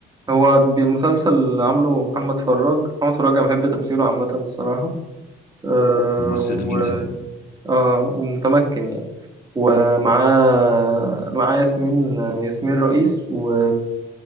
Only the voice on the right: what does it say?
هو بي- مسلسل عامله محمد فراج محمد فراج انا بحب تمثيله عامه الصراحه آه
و...
اه ومتمكن يعني ومعاه معاه ياسمين ياسمين رئيس و...